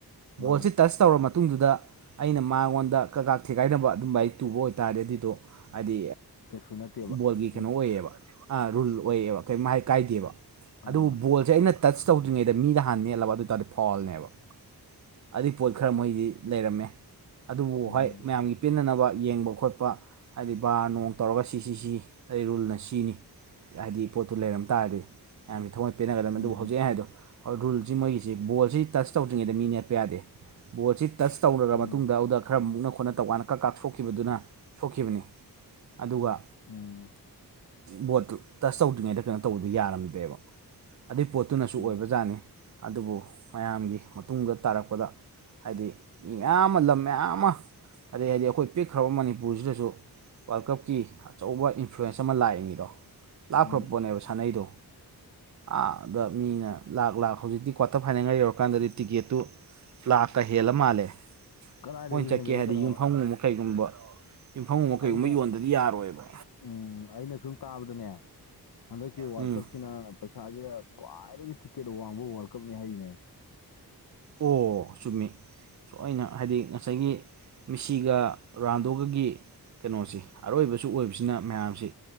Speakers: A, on the left; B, on the right.
A: ꯃꯥꯅꯦ
B: ꯕꯣꯜꯁꯦ ꯇꯁ ꯇꯧꯔꯕ ꯃꯇꯨꯡꯗꯨꯗ ꯑꯩꯅ ꯃꯉꯣꯟꯗ ꯀꯩꯀꯥ ꯊꯦꯒꯥꯏꯅꯕ ꯑꯗꯨꯝ ꯂꯥꯏꯔꯤꯛ ꯇꯨꯕ ꯑꯣꯏꯇꯥꯔꯦ ꯑꯗꯨꯏꯗꯣ ꯍꯥꯏꯗꯤ
A: ꯀꯩꯁꯨ ꯅꯠꯇꯦꯕ
B: ꯕꯣꯜꯒꯤ
A: ꯎꯝ
B: ꯀꯩꯅꯣ ꯑꯣꯏꯌꯦꯕ ꯔꯨꯜ ꯑꯣꯏꯌꯦꯕ ꯀꯩ ꯃꯍꯥꯏ ꯀꯥꯏꯗꯦꯕ
A: ꯑꯥ
B: ꯑꯗꯨꯕꯨ ꯕꯣꯜꯁꯦ ꯑꯩꯅ ꯇꯆ ꯇꯧꯗ꯭ꯔꯤꯉꯩꯗ ꯃꯤꯗ ꯍꯥꯟꯅ ꯅꯦꯠꯂꯕ ꯑꯗꯨ ꯑꯣꯏ ꯇꯥꯔꯗꯤ ꯐꯥꯎꯜꯅꯦꯕ ꯑꯗꯨꯏ ꯄꯣꯠ ꯈꯔ ꯃꯣꯏꯗꯤ ꯂꯩꯔꯝꯃꯦ ꯑꯗꯨꯕꯨ
A: ꯎꯝ
B: ꯍꯣꯏ ꯃꯌꯥꯝꯒꯤ ꯄꯤꯟꯅꯅꯕ ꯌꯦꯡꯕ ꯈꯣꯠ ꯄ ꯍꯥꯏꯗꯤ ꯕꯥꯔ ꯅꯣꯡ ꯇꯧꯔꯒ ꯁꯤꯁꯤ ꯁꯤ ꯑꯩ ꯔꯨꯜꯅ ꯁꯤꯅꯤ ꯍꯥꯏꯗꯤ ꯄꯣꯠꯇꯨ ꯂꯩꯔꯝ ꯇꯥꯔꯗꯤ ꯃꯌꯥꯝꯁ ꯊꯒꯠ ꯄꯦꯟꯅꯒꯗꯕꯅꯤ
A: ꯎꯝ
B: ꯑꯗꯨꯕꯨ ꯍꯧꯖꯤꯛ ꯑꯩ ꯍꯥꯏꯕꯗꯣ ꯔꯨꯜꯁꯤ ꯃꯣꯏꯒꯤꯁꯤ ꯕꯣꯜꯁꯤ ꯇꯁ ꯇꯧꯗ꯭ꯔꯤꯉꯩꯗ ꯃꯤ ꯅꯦꯠꯄ ꯌꯥꯗꯦ ꯕꯣꯜꯁꯤ ꯇꯆ ꯇꯧꯔꯔꯕ
A: ꯎꯝ
B: ꯃꯇꯨꯡꯗ ꯑꯗꯨꯗ ꯈꯔ ꯃꯨꯛꯅ ꯈꯣꯠꯅ ꯇꯧꯀꯥꯟꯗ ꯀꯛ ꯀꯥ ꯁꯣꯛꯈꯤꯕꯗꯨꯅ ꯁꯣꯛꯈꯤꯕꯅꯤ ꯑꯗꯨꯒ
A: ꯎꯝ
B: ꯕꯣꯠꯇꯨ ꯇꯁ ꯇꯧꯗ꯭ꯔꯤꯉꯩꯗ ꯀꯩꯅꯣ ꯇꯧꯕꯤꯕ ꯌꯥꯔꯝꯗꯦꯕ ꯑꯗꯨꯏ ꯄꯣꯠꯇꯨꯅꯁꯨ
A: ꯎꯝ
B: ꯑꯣꯏꯕꯖꯥꯠꯅꯤ ꯑꯗꯨꯕꯨ ꯃꯌꯥꯝꯒꯤ ꯃꯇꯨꯡꯗ ꯇꯥꯔꯛꯄꯗ ꯍꯥꯏꯗꯤ ꯃꯤ ꯃꯌꯥꯝ ꯑꯃ ꯂꯝ ꯃꯌꯥꯝ ꯑꯃ ꯍꯥꯏꯗꯤ ꯍꯥꯏꯗꯤ ꯑꯩꯈꯣꯏ ꯄꯤꯛꯈ꯭ꯔꯕ ꯃꯅꯤꯄꯨꯔꯁꯤꯗꯁꯨ ꯋꯥꯔꯜ ꯀꯞꯀꯤ ꯑꯆꯧꯕ ꯏꯟꯐ꯭ꯂꯨꯌꯦꯟꯁ ꯑꯃ ꯂꯥꯛꯏꯅꯤꯗꯣ ꯂꯥꯛꯈ꯭ꯔꯕ
A: ꯎꯝ
B: ꯄꯣꯠꯅꯦꯕ ꯁꯥꯟꯅꯩꯗꯣ ꯑꯥ ꯗ ꯃꯤꯅ ꯂꯥꯛ ꯂꯥꯛ ꯍꯧꯖꯤꯛꯇꯤ ꯀ꯭ꯋꯥꯇꯔ ꯐꯥꯏꯅꯦꯜꯒ ꯌꯧꯔꯀꯥꯟꯗꯗꯤ ꯇꯤꯛꯀꯦꯠꯇꯨ ꯂꯥꯛꯀ ꯍꯦꯜꯂ ꯃꯥꯜꯂꯦ
A: ꯀꯗꯥꯏꯗꯒꯤ
B: ꯑꯩꯈꯣꯏꯅ ꯆꯠꯀꯦ
A: ꯍꯦꯟꯗꯣꯔꯤ
B: ꯍꯥꯏꯗꯤ
A: ꯀꯩꯅꯣ
B: ꯌꯨꯝꯐꯝꯒꯨꯝꯕ ꯀꯩꯒꯨꯝꯕ ꯌꯨꯝꯐꯝꯒꯨꯝꯕ ꯀꯩꯒꯨꯝꯕ
A: ꯑꯩꯅ
B: ꯌꯣꯟꯗꯗꯤ ꯌꯥꯔꯣꯏꯕ
A: ꯎꯝ ꯑꯩꯅ ꯁꯨꯝ ꯇꯥꯕꯗꯅꯦ ꯍꯟꯗꯛꯀꯤ ꯋꯥꯔꯜ
B: ꯎꯝ
A: ꯀꯞꯁꯤꯅ ꯄꯩꯁꯥꯁꯦ ꯈ꯭ꯋꯥꯏꯗꯒꯤ ꯇꯤꯛꯀꯦꯠ ꯋꯥꯡꯕ ꯋꯥꯔꯜ ꯀꯞꯅꯦ ꯍꯥꯏꯔꯤꯅꯦ
B: ꯑꯣ ꯆꯨꯝꯃꯤ ꯁ ꯑꯅ ꯍꯥꯏꯗꯤ ꯉꯁꯥꯏꯒꯤ ꯃꯤꯁꯤꯒ ꯔꯥꯟꯗꯣꯒꯒꯤ ꯀꯩꯅꯣꯁꯤ ꯑꯔꯣꯏꯕꯁꯨ ꯑꯣꯏꯕꯁꯤꯅ ꯃꯌꯥꯝꯁꯤ